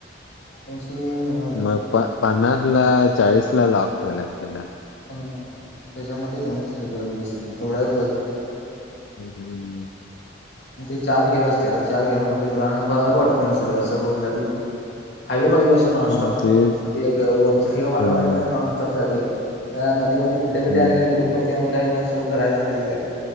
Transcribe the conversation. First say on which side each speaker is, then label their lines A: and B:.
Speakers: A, on the left; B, on the left.
A: ऐंशी नऊ
B: मग प पन्नास ला चाळीस ला लॉक ठेवला अस त्याला
A: ह त्याच्यामध्ये कमीच ठ <unintelligible> म्हणजे तेवढा
B: हम् हम्
A: आणि ते चार घेर असते चार घेर मग तुला बट रोड ला ते हायवे बाजूला नॉनॉप
B: हम्म तेच
A: वर हे वाढवाॉनॉप
B: हम्म
A: जाते म म <unintelligible> खड्डेबड्
B: हम्म
A: आले का उडून पडय म्हलं मला स्लो कराय लागतयच गाडी